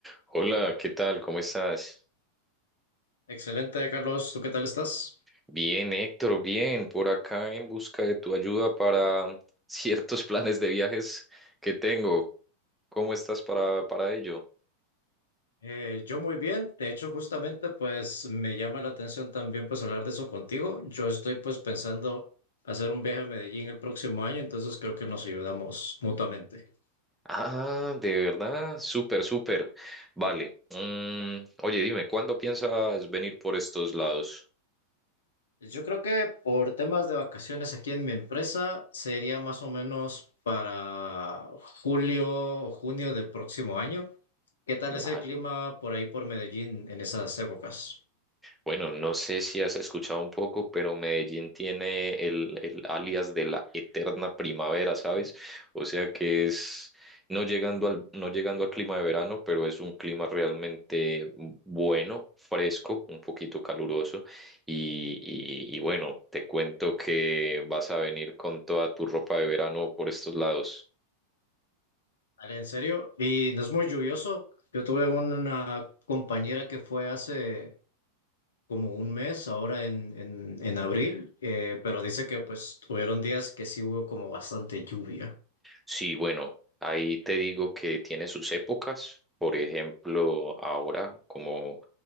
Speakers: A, in the centre; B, on the left.
A: Hola, ¿qué tal? ¿Cómo estás?
B: Excelente, Carlos. ¿Tú qué tal estás?
A: Bien, Héctor, bien, por acá en busca de tu ayuda para <laughs> ciertos planes de viajes que tengo. ¿Cómo estás para, para ello?
B: Eh, yo muy bien. De hecho, justamente, pues me llama la atención también pues hablar de eso contigo. Yo estoy pues pensando hacer un viaje a Medellín el próximo año, entonces creo que nos ayudamos mutuamente.
A: Ah, de verdad, súper, súper. Vale. Mm, oye, dime, ¿cuándo piensas venir por estos lados?
B: Yo creo que por temas de vacaciones aquí en mi empresa sería más o menos para julio o junio del próximo año. ¿Qué tal
A: Vale.
B: es el clima por ahí por Medellín en esas épocas?
A: Bueno, no sé si has escuchado un poco, pero Medellín tiene el, el alias de la eterna primavera, ¿sabes? O sea que es no llegando al, no llegando a clima de verano, pero es un clima realmente bueno, fresco, un poquito caluroso. Y, y, y bueno, te cuento que vas a venir con toda tu ropa de verano por estos lados.
B: Dale, en serio. Y no es muy lluvioso. Yo tuve una compañera que fue hace como un mes, ahora en, en, en abril, eh, pero dice que pues tuvieron días que sí hubo como bastante lluvia.
A: Sí, bueno, ahí te digo que tiene sus épocas. Por ejemplo, ahora, como